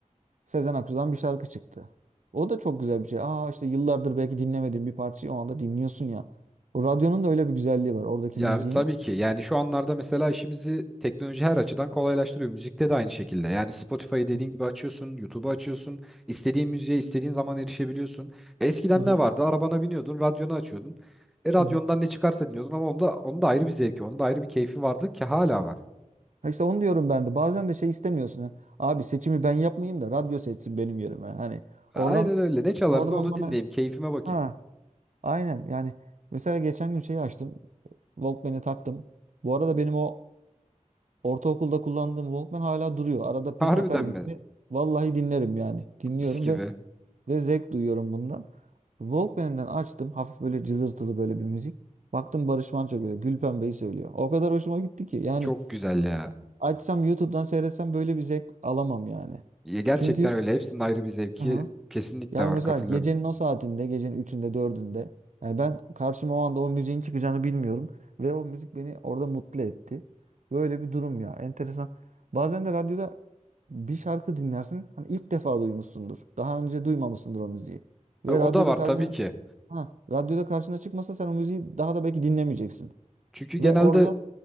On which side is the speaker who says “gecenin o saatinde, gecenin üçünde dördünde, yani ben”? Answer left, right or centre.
Right